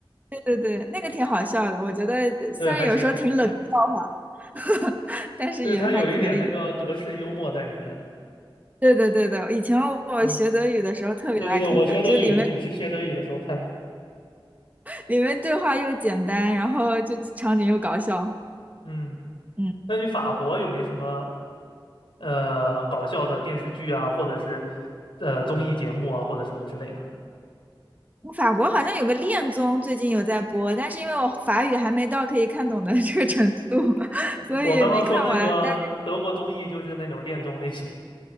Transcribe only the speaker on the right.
对对，那个挺好笑的，我觉得虽然有时候挺冷笑话，
<laughs> 但是也还可以。
对对对对，以前我学德语的时候特别爱看的，
就里面里面对话又简单，然后就场景又搞笑。
嗯，
法国好像有个恋综最近有在播，但是因为我法语还没到可以看懂的 <laughs> 这个程度，<laughs> 所以没看完。
但